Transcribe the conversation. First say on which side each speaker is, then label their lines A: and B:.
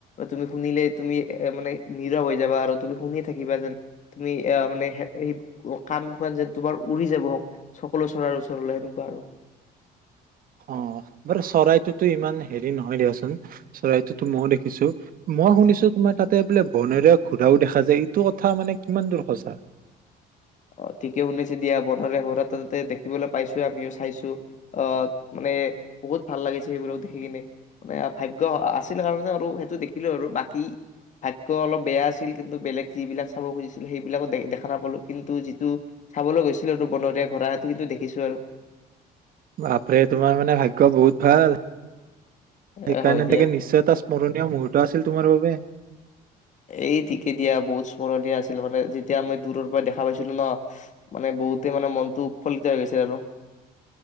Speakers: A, on the left; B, on the right.
A: তুমি শুনিলেই তুমি এ মানে নিৰৱ হৈ যাবা আৰু তুমি শুনি থাকিবা যেন তুমি এ মানে স কাণ খন যেন তোমাৰ উৰি যাব সকলো চৰাৰ ওচৰলৈ সেনেকুৱা আৰু
B: অ বাৰু চৰাইটোতো ইমান হেৰি নহয় দিয়চোন চৰাইটোতো ময়ও দেখিছো মই শুনিছো তোমাৰ তাতে বোলে বনৰীয়া ঘোৰাও দেখা যায় এইটো কথা মানে কিমান দূৰ সঁচা
A: অ ঠিকেই শুনাইছে দিয়া বনৰীয়া ঘোঁৰা তাতে দেখিবলৈ পাইছো আমিও চাইছো আহ মানে বহুত ভাল লাগিছে সেইবিলাক দেখি কিনে মানে ভাগ্য আছিল কাৰণে আৰু সেইটো দেখিলো আৰু বাকী ভাগ্য অলপ বেয়া আছিল কিন্তু বেলেগ যিবিলাক চাব খুজিছিলে সেইবিলাক দেখা নাপালোঁ কিন্তু যিটো চাবলৈ গৈছিলোটো বনৰীয়া ঘোঁৰা সেইটো কিন্তু দেখিছো আৰু
B: বাপৰে তোমাৰ মানে ভাগ্য বহুত ভাল সেইকাৰণে
A: এ হয় দিয়া
B: নিকে নিশ্চয় এটা স্মৰণীয় মুহূুৰ্ত আছিল তোমাৰ বাবে
A: এই ঠিকে দিয়া বহুত স্মৰণীয় আছিল মানে যেতিয়া মই দূৰৰ পৰা দেখা পাইছিলো ন মানে বহুতে মানে মনটো উৎফুল্লিত হৈ গৈছিল আৰু